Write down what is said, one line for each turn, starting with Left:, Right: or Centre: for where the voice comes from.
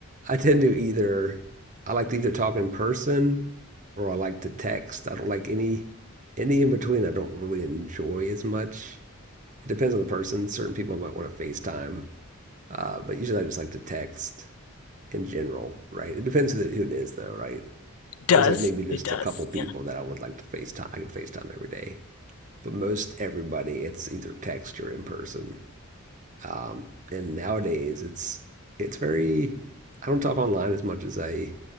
Right: I tend to either I like to either talk in person or I like to text. I don't like any any in between. I don't really enjoy as much. It depends on the person. Certain people might want to FaceTime, uh, but usually I just like to text in general, right? It depends who, the, who it is, though, right?
Left: does
Right: There's like maybe just
Left: it does
Right: a couple people
Left: yeah
Right: that I would like to FaceTime. I can FaceTime every day, but most everybody, it's either text or in person. Um, and nowadays, it's it's very. I don't talk online as much as I